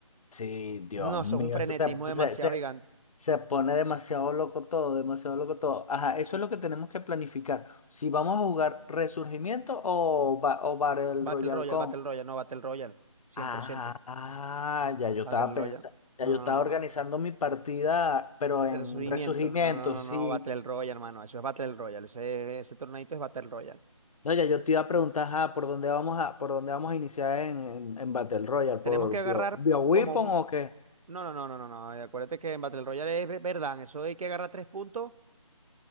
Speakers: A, on the left (about 85°); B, on the right (about 80°).
A: Sí, Dios
B: No, eso
A: mío,
B: es un frenetismo
A: eso se,
B: demasiado
A: se, se,
B: gigante.
A: se pone demasiado loco todo, demasiado loco todo. Ajá, eso es lo que tenemos que planificar. Si vamos a jugar Resurgimiento o, ba- o Battle
B: Battle
A: Royale
B: Royale,
A: con.
B: Battle Royale, no, Battle Royale, cien
A: Ah,
B: por ciento
A: ah, ya yo estaba
B: Battle
A: pensando,
B: Royale, no,
A: ya yo
B: no,
A: estaba
B: no,
A: organizando
B: no.
A: mi partida, pero
B: Resubimiento,
A: en Resurgimiento,
B: no, no, no,
A: sí.
B: no, Battle Royale, hermano, eso es Battle Royale, ese, ese torneito es Battle Royale.
A: No, ya yo te iba a preguntar, ajá, ¿por dónde vamos a, por dónde vamos a iniciar en, en, en Battle Royale? ¿Por
B: Tenemos que agarrar
A: Bio, BioWeapon
B: como, un-
A: o qué?
B: no, no, no, no, no, no, acuérdate que en Battle Royale es ve- verdad, eso hay que agarrar tres puntos